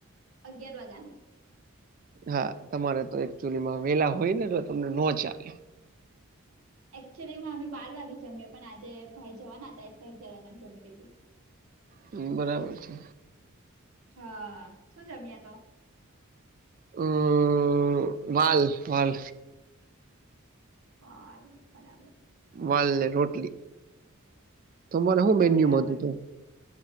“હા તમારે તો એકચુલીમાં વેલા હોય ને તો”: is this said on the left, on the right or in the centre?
Right